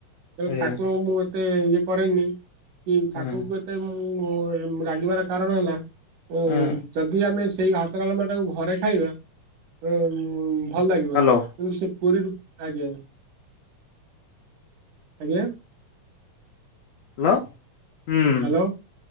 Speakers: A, on the right; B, on the left.
A: ତେଣୁ
B: ଆଜ୍ଞା
A: ଠାକୁର ଙ୍କୁ ମୁଁ ଏତେ ଇଏ କରେନି। କି ଠାକୁରଙ୍କୁ
B: ହୁଁ
A: ଏତେ ମୁଁ ରାଗିବାର କାରଣ ହେଲା ଉଁ
B: ହୁଁ
A: ଯଦି ଆମେ ସେଇ ହାତ ଡାଳମା ଟାକୁ ଘରେ ଖାଇବା ଭଲ ଏ ମ ଲାଗିବନି।
B: ହ୍ୟାଲୋ
A: କିନ୍ତୁ ସେ ପୁରୀରୁ ଆଜ୍ଞା ଆଜ୍ଞା।
B: ହ୍ୟାଲୋ ହୁଁ।
A: ହ୍ୟାଲୋ